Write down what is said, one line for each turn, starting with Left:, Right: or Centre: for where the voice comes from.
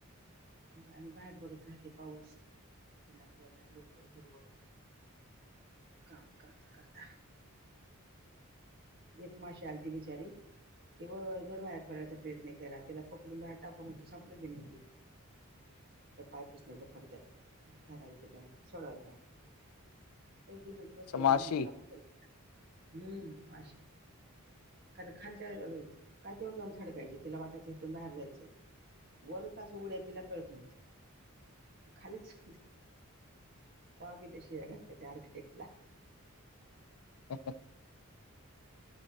Right: आणि बाहेर बघत राहते पाऊस. किन जाणार लोक हिरवळ काम करता करत. एक महा शाल ती बचारी. तेव घर बाहेर पडयचा प्रयत्न केला त्याला पकडून बा टाका म्हग तो सापड दि नव्हती. त्या पाय पसण्याच्या फडक्यात रावी केल्या सोडावे बाहेर गेली
Left: अच्छा
Right: बसले
Left: माशी
Right: का नाही हम्म अे. कारण खाच्या काात्यावर जाऊन थडकायचे तिला वाटायचं हिथून बाहेर जायच. वर काच उघड्या तिला कळत नव्हत्या ते खालीच. त गलेशीेग ते आर्किटेक्ट ला.
Left: हो